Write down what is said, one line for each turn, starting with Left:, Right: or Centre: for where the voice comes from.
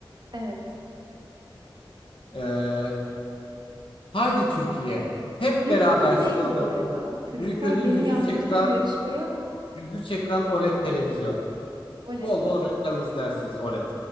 Right: Evet.
Left: Ee, Haydi Türkiye. Hep
Right: Büyük
Left: beraber
Right: ödül neydi
Left: sloganı.
Right: bu arada? Çocuklar
Left: Büyük ödül
Right: beni
Left: yüzü
Right: yazdırdı
Left: ekran
Right: bu yarışmaya ama <laughs>
Left: yüzü ekran OLED televizyon.
Right: OLED.
Left: Bol bol reklam izlersiniz OLED.